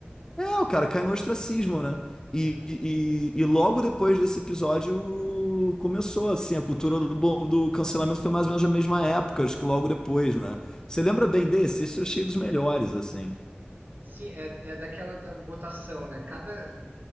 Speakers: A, on the left; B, on the right.
A: É, o cara cai no ostracismo, né? E,
B: Uhum.
A: e, e logo depois desse episódio começou, assim, a cultura do, bo- do cancelamento foi mais ou menos a mesma época, acho que logo depois, né? Você lembra bem desse? Esse eu achei dos melhores, assim.
B: Sim, é, é daquela da votação, né? Cada